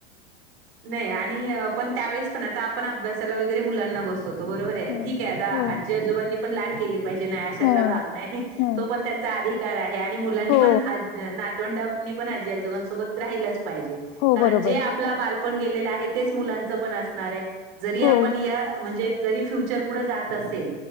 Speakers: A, on the right (about 60°); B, on the left (about 45°).
A: नाही आणि. पण त्यावेळेस पण आता आपण अभ्यासाला वगैरे मुलांना बसवतो बरोबर आहे
B: हम्म.
A: ठीक आहे आता
B: हो
A: आजी आजोबांनी. पण लाड केली पाहिजे नाही अशातला
B: हा
A: भाग नाही
B: हा
A: तो पण त्यांचा अधिकार आहे आणि मुलांनी
B: हो
A: पण. नातवंडानी पण आजी आजोबांसोबत राहिलंच पाहिजे
B: हो
A: कारण
B: बरोबर
A: जे आपला बाल. गेले आहे तेच मुलांच पण असणार आहे जरी
B: हो
A: आपण या म्हणजे. जरी फ्युचर पुढे जात असेल